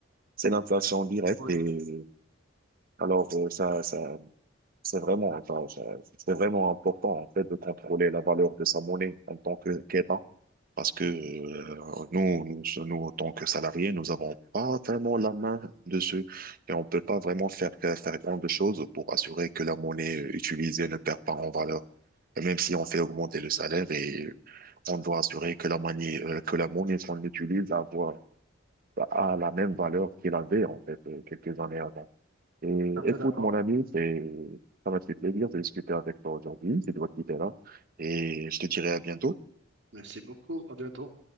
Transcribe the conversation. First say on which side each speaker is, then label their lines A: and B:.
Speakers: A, on the right (about 50°); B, on the right (about 65°).
A: C'est l'inflation directe.
B: Oui,
A: Et alors, euh, ça, ça, c'est vraiment, enfin, ça- c'est vraiment important, en fait, de contrôler la valeur de sa monnaie en tant que qu'État. Parce que
B: tout
A: euh, nous, nous, nous, en tant que salariés, nous n'avons pas vraiment la main dessus et on ne peut pas vraiment faire, faire faire grand de choses pour assurer que la monnaie utilisée ne perd pas en valeur. Et même si on fait augmenter le salaire et on doit assurer que la monnaie, euh, que la monnaie qu'on utilise avoir, a la même valeur qu'elle avait en fait euh, quelques années avant. Et
B: à fait
A: écoute,
B: d'accord.
A: mon ami, c'est, ça m'a fait plaisir de discuter avec toi aujourd'hui. Je dois te quitter là et je te dirai à bientôt.
B: Merci beaucoup, à bientôt.